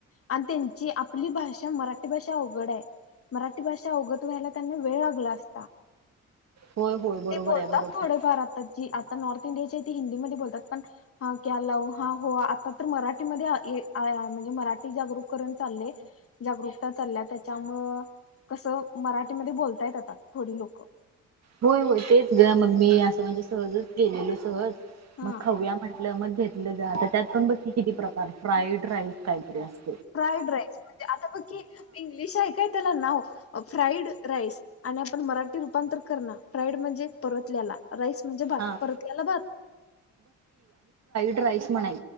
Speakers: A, on the left; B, on the right.
A: अ ी आपली भाषा मराठी भाषा अवघड आहे मराठी भाषा व्हायला त्यां वेळ लाला अस
B: होय होय बरोबर
A: ते बोलतातथोडेफार
B: आहे बरोबर आहे
A: आ आता नॉर्थ इंडियाची हिंदीमध्ये बोलतात पण ला हो आता तर मराठीमध्ये णजे मराठीरक चाल जारकता चालल्या त्याच्यामु कसं मराठीमध्ये बोलता येत आात थोडी लोकं.
B: होय होय तेच ग मग मी असं म्हणजे सहजच गेलेलो सहज
A: हा
B: मग खव्या म्हटलं मग घेतलं जा तर त्यात पण बघकी किती प्रकार फ्राईड राईस काहीतरी असत.
A: फ्राईड राईस म्हणजे आता बघ की इंग्लिश आहे काय त्याला नाव फ्राईड राईस आणि आपण मराठी रूपांतर कर ना फ्राईड म्हणजे परतल्याला राईस म्हणजे भात
B: हा
A: परत या्यायला भात.
B: रास म्हय